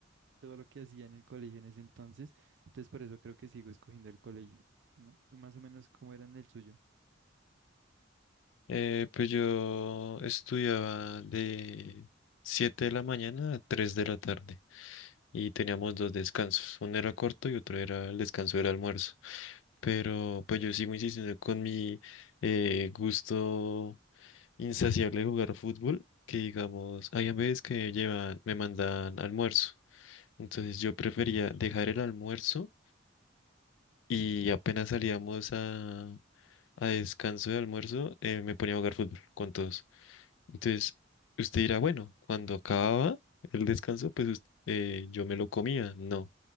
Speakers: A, on the right (about 65°); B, on the left (about 70°).
A: todo lo que hacía en el colegio en ese entonces. Entonces por eso creo que sigo escogiendo el colegio, ¿no? Más o menos como era en el suyo.
B: eh, pues yo estudiaba de 7 de la mañana a 3 de la tarde. y teníamos dos descansos. Uno era corto y otro era el descanso del almuerzo. Pero pues yo sigo insistiendo con mi eh, gusto insaciable de jugar fútbol, que digamos, hay veces que llevan, me mandan almuerzo. Entonces yo prefería dejar el almuerzo y apenas salíamos a, a descanso de almuerzo, eh, me ponía a jugar fútbol con todos. Entonces, usted dirá, bueno, cuando acababa el descanso, pues us- eh, yo me lo comía. No,